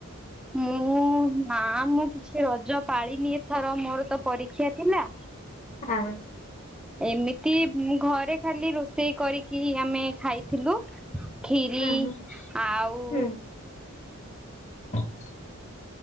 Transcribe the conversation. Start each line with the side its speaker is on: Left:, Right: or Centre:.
Centre: ମୁଁ ମୁଁ ନାଁ ମୁଁ କିଛି ରଜ ପାଳିନି ଏଥର, ମୋର ତ ପରୀକ୍ଷା ଥିଲା।।
Left: ହଁ।
Centre: ଏମିତି ଘରେ ଖାଲି ରୋଷେଇ କରିକି ଆମେ ଖାଇଥିଲୁ। ଖିରି
Left: ହଁ ହଁ
Centre: ଆଉ
Left: ହୁଁ <inaudible>